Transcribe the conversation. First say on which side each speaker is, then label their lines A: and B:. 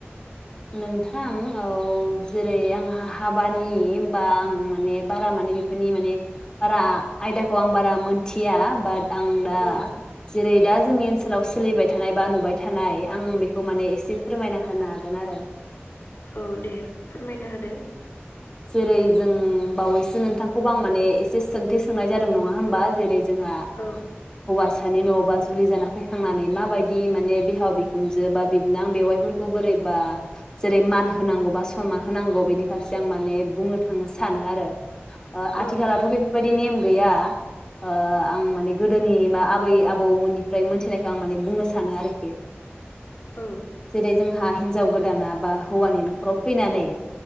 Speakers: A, on the left; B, on the left.
A: नोंथां औ जेरै आंहा हाबानि होनबा आं माने बारा माने बेफोरनि माने बारा आयदाखौ आं बारा मोनथिया बा आं दा
B: औ
A: जेरै दा जोंनि ओनसोलाव सोलिबाय थानाय बा नुबाय थानाय आं बे माने एसे फोरमायना होनो हागोन गोन आरो
B: औ दे फोरमायना होदो
A: जेरै जों बावैसो नोंथांखौबो आं माने एसे सोंथि सोंनाय जादों नङा होनबा जेरै जोंहा
B: औ
A: हौवासानि न'बा जुलि जाना फैखांनानै माबायदि माने बिहाव बिखुनजो बा बिबनां बेवाइफोरखौ बोरैबा जेरै मान होनांगौ बा सनमान होनांगौ बेनि फारसे आं माने बुंनो थांनो सानो आरो ओ आथिखालावथ'
B: औ
A: बेफोरबायदि नेम गैया ओ आं माने गोदोनि मा आबै आबौ बौ मोननि ओमफ्राय मोनथिनायखौ आं माने बुंनो सानो आरोखि
B: औ
A: जेरै जोंहा हिनजाव गोदाना बा हौवानि न'खराव फैनानै